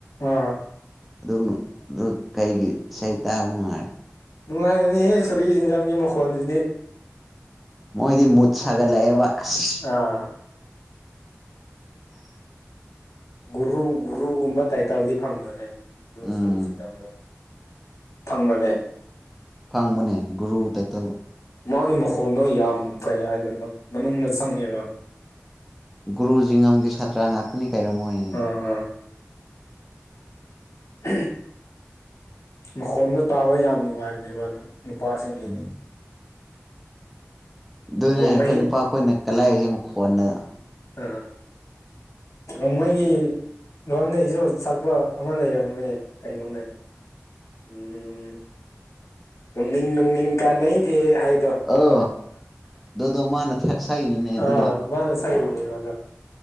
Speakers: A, on the left; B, in the centre.
A: ꯑꯥ
B: ꯑꯗꯨꯝ ꯑꯗꯨ ꯀꯩꯒꯤ ꯏꯁꯩ ꯇꯥꯕ ꯅꯨꯡꯉꯥꯏꯔꯦ
A: ꯅꯨꯡꯉꯥꯏꯕꯅꯤ ꯍꯦ ꯁꯣꯔꯤ ꯁꯦꯟꯖꯝꯒꯤ ꯃꯈꯣꯟꯗꯨꯗꯤ
B: ꯃꯣꯏꯗꯤ ꯃꯨꯠ ꯁꯥꯒꯠꯂꯛꯑꯦꯕ ꯑꯁ
A: ꯑꯥ
B: <unintelligible>
A: ꯒꯨꯔꯨ ꯒꯨꯔꯨꯒꯨꯝꯕ ꯇꯥꯏꯇꯜꯗꯤ ꯐꯪꯕ꯭ꯔꯅꯦ ꯑꯗꯨ
B: ꯎꯝ
A: ꯁꯣꯔꯤ ꯁꯦꯟꯖꯝꯗꯣ ꯐꯪꯕꯅꯦ
B: ꯐꯪꯕꯅꯦ ꯒꯨꯔꯨ ꯇꯥꯏꯇꯜ
A: ꯃꯥꯒꯤ ꯃꯈꯣꯟꯗꯣ ꯌꯥꯝ ꯀꯩ ꯍꯥꯏꯗꯣꯏꯅꯣ ꯈꯪ ꯃꯅꯨꯡꯗ ꯆꯪꯉꯦꯕ
B: ꯒꯨꯔꯨꯖꯤꯉꯝꯒꯤ ꯁꯥꯇ꯭ꯔ ꯉꯥꯛꯇꯅꯤ ꯀꯩꯔꯣ ꯃꯣꯢ
A: ꯑꯥ ꯑꯥ <unintelligible> ꯃꯈꯣꯟꯗꯣ ꯇꯥꯕ ꯌꯥꯝ ꯅꯨꯡꯉꯥꯏꯕꯅꯦꯕ ꯅꯨꯄꯥꯁꯤꯡꯗꯤ
B: ꯎꯝ ꯗꯨꯅꯦ
A: ꯔꯣꯡꯃꯩ
B: ꯑꯈꯣꯏ ꯅꯨꯄꯥ ꯈꯣꯏꯅ ꯀꯜꯂꯥꯛꯏꯁꯦ ꯃꯈꯣꯟꯗ
A: ꯑꯥ ꯔꯣꯡꯃꯩ ꯂꯣꯟꯅꯩꯁꯨ ꯁꯛꯄ ꯑꯃ ꯂꯩꯔꯝꯃꯦ ꯀꯩꯅꯣꯅꯦ ꯎꯝ ꯎꯝ ꯔꯨꯡꯅꯤꯡ ꯔꯨꯡꯅꯤꯡ ꯀꯥꯟꯅꯩꯗꯦ ꯍꯥꯏꯕꯗꯣ <unintelligible>
B: ꯑꯣ ꯑꯗꯨꯗꯣ ꯃꯥꯅ ꯁꯛꯏꯅꯤꯅꯦ ꯑꯗꯨꯗꯣ
A: ꯑꯥ ꯃꯥꯅ ꯁꯛꯢꯕꯅꯦ ꯑꯗꯣ